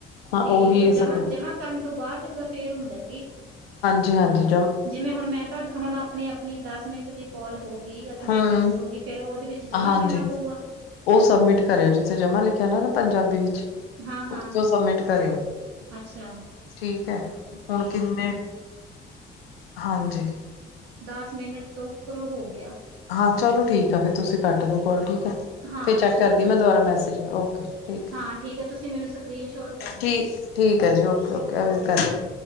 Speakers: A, on the left; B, on the right.
A: ਹਾਂ
B: ਠੀਕ
A: ਉਹੀ
B: ਆ
A: ਸਕਰੀਨ
B: ਜਮਾ ਜਮਾ ਕਰਨ ਤੋਂ ਬਾਅਦ ਫੇਰ ਹੁੰਦਾ ਹੈ ਕੀ
A: ਜੀ ਹਾਂਜੀ
B: ਜਿਵੇਂ ਹੁਣ ਮੈਂ ਤੁਹਾ ਹੁਣ ਆਪਣੀ ਆਪਣੀ ਦੱਸ ਮਿੰਟ ਦੀ ਕੋਲ ਹੋ ਗਈ ਆ ਤੇ ਮੈਂ
A: ਹੂੰ।
B: ਕੱਟ ਦਊਗੀ ਫਿਰ ਉਹਦੇ ਵਿੱਚ ਜਮਾਂ
A: ਹਾਂਜੀ
B: ਕਰਨਾ ਪਊਗਾ
A: ਉਹ ਸਬਮਿਟ ਕਰਿਓ ਜਿੱਥੇ ਜਮਾ ਲਿਖਿਆ ਨਾ ਪੰਜਾਬੀ ਵਿੱਚ
B: ਹਾਂ-ਹਾਂ
A: ਉਸਚੋ ਸਬਮਿਟ ਕਰਿਓ
B: ਅੱਛਾ
A: ਠੀਕ ਹੈ ਹੁਣ
B: ਠੀਕ
A: ਕਿੰਨੇ
B: ਹੈ
A: ਹਾਂਜੀ
B: ਦਸ ਮਿੰਨਟ ਤੋਂ ਉੱਪਰੋਂ ਹੋ ਗਿਆ
A: ਹਾਂ ਚਲੋ ਠੀਕ ਆ ਫਿਰ ਤੁਸੀਂ ਕੱਟ ਦੋ ਕੋਲ ਠੀਕ
B: ਹਾਂ
A: ਫੇਰ ਚੈੱਕ
B: ਠੀਕ
A: ਕਰਦੀ ਮੈਂ ਦੁਬਾਰਾ
B: ਹੈ
A: ਮੈਸੇਜ ਓਕੇ। ਠੀਕ।
B: ਹਾਂ ਠੀਕ ਐ, ਤੁਸੀਂ ਮੈਨੂੰ ਸਕਰੀਨ ਸ਼ੋਟ ਕਰ ਦਿਓ
A: ਠੀਕ। ਠੀਕ ਐ ਜੀ ਓਕੇ-ਓਕੇ
B: ਓਕੇ
A: ਕਰ
B: ਜੀ।